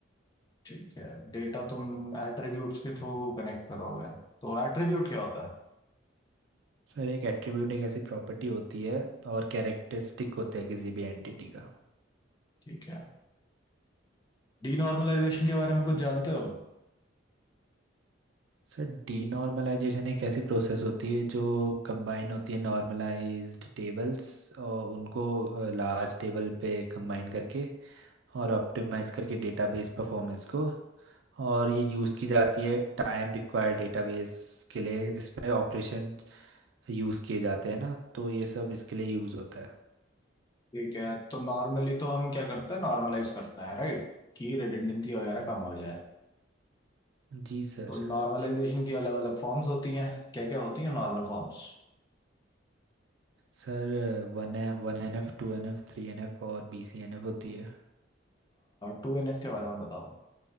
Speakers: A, on the left (about 20°); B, on the right (about 70°).
A: ठीक है डेटा तुम एट्रीब्यूट्स के थ्रू कनेक्ट करोगे तो एट्रीब्यूट क्या होता है
B: सर एक एट्रीब्यूट एक ऐसी प्रॉपर्टी होती है और कैरेक्टरिस्टिक होता है किसी भी एंटिटी का
A: ठीक है डीनॉर्मलाइजेशन के बारे में कुछ जानते हो
B: सर डीनॉर्मलाइजेशन एक ऐसी प्रोसेस होती है जो कंबाइन होती है नॉर्मलाइज्ड टेबल्स और उनको लार्ज टेबल पे कंबाइन करके और ऑप्टिमाइज करके डेटाबेस परफॉर्मेंस को और ये यूज़ की जाती है टाइम रिक्वायर्ड डेटाबेस के लिए जिसमें ऑपरेशन यूज़ किए जाते हैं ना तो ये सब इसके लिए यूज़ होता है
A: ठीक है तो नॉर्मली तो हम क्या करते हैं नॉर्मलाइज करते हैं राइट कि रिडंडेंसी वगैरह
B: हाँ
A: कम हो जाए
B: जी sir
A: तो नॉर्मलाइजेशन की अलग अलग फॉर्म्स होती हैं क्या क्या होती है normal forms
B: Sir one A one N F two N F three N F और बी सी एन एफ होती है
A: Two N F के बारे में बताओ